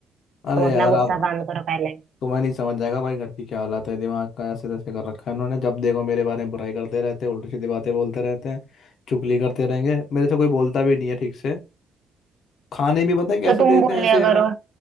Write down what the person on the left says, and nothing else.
अरे
यार आप
तुम्हें नहीं समझ जाएगा भाई घर की क्या हालत है दिमाग का ऐसे तैसे कर रखा है उन्होंने जब देखो मेरे बारे में बुराई करते रहते हैं उल्टी सीधी बातें बोलते रहते हैं चुगली करते रहेंगे मेरे से कोई बोलता भी नहीं है ठीक से खाने भी पता है कैसे
देते
हैं
ऐसे
वो